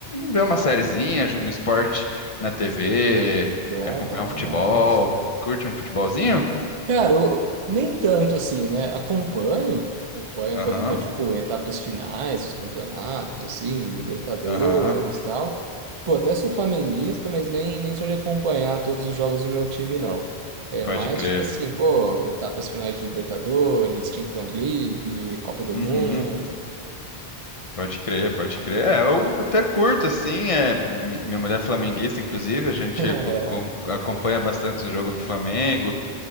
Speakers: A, on the left; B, on the right.
A: ver uma sériezinha, um esporte na TV,
B: Bom,
A: acompanhar
B: bom
A: um futebol.
B: demais.
A: Curte um futebolzinho?
B: Cara, eu, eu- nem tanto assim, né? Acompanho, acompanho
A: Aham,
B: quando tá, tipo, em etapas finais dos campeonatos, assim, Libertadores
A: aham,
B: e tal. Pô, até sou flamenguista, mas nem, nem sou de acompanhar todos os jogos do meu time, não. É
A: pode
B: mais,
A: crer.
B: tipo assim, pô, etapas finais de Libertadores, Champions League, Copa do
A: Uhum.
B: Mundo. <laughs>
A: Pode crer, pode crer. É, eu até curto, assim. É, minha minha mulher é flamenguista, inclusive, a gente
B: É
A: co- com-
B: lá.
A: acompanha bastante o jogo do Flamengo.